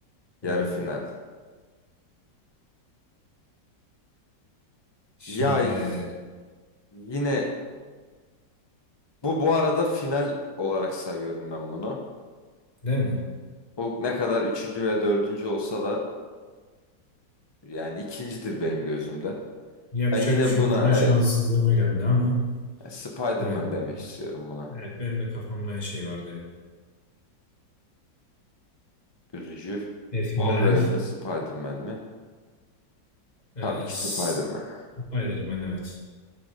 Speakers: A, on the left (about 25°); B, on the left (about 40°).
A: Oo.
B: Yarı final.
A: Şimdi
B: Ya y- yine bu bu arada final olarak sayıyorum ben bunu.
A: değil mi?
B: Hulk ne kadar üçüncü veya dördüncü olsa da yani ikincidir benim gözümde.
A: Yapacak
B: Ben yine
A: bir şey
B: buna
A: yok. Kura
B: evet
A: şanssızlığına geldi ama.
B: Spider-Man
A: Ee,
B: demek istiyorum buna.
A: evet benim de kafamda aynı şey vardı ya.
B: Üzücü.
A: E, final.
B: Wolverine mi Spider-Man mi?
A: E,
B: Tabii ki
A: S-
B: Spider-Man.
A: Spider-Man evet.